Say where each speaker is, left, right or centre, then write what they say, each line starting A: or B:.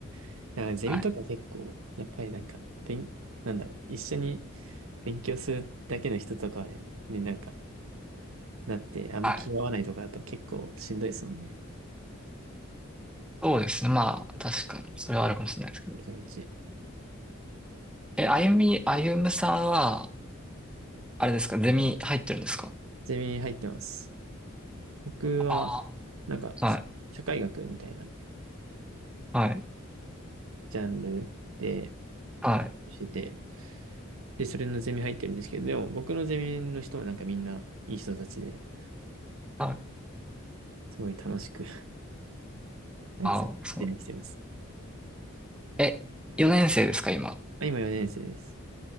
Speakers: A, on the right; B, in the centre.
A: からゼミとか結構、
B: はい。
A: やっぱりなんか、勉、なんだろう、一緒に勉強するだけの人とかになんか、なって、あんま気が合わないとかだと結構しんどいですもんね。
B: はい。そうですね。まあ、確かに、それはあるかもしれないですけど。
A: うちのうち。
B: え、あゆみ、あゆむさんは、あれですか、ゼミ入ってるんですか
A: ゼミ入ってます。僕は、
B: あ
A: なんか、
B: あー。
A: し社会学みたいな
B: はい。はい。
A: ジャンルで
B: はい。
A: してて、で、それのゼミ入ってるんですけど、でも僕のゼミの人はなんかみんないい人たちで、
B: はい。
A: すごい楽しく <laughs>、あれですね、
B: ああ、そう。
A: ゼミしてます。
B: え、4年生ですか、今。
A: あ今4年生です。